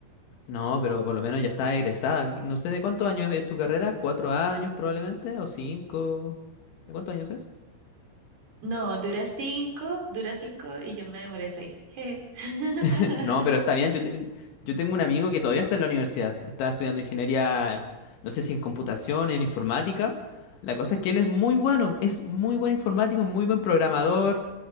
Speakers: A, on the left; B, on the right.
A: No, pero por lo menos ya estás egresada. No sé de cuántos años es tu carrera, cuatro años probablemente, o cinco. ¿De cuántos años es?
B: No, dura cinco, dura cinco y yo me demoré seis. Jeje. <laughs>
A: <laughs> No, pero está bien. Yo, te- yo tengo un amigo que todavía está en la universidad. Está estudiando ingeniería, no sé si en computación, en informática. La cosa es que él es muy bueno, es muy buen informático, muy buen programador.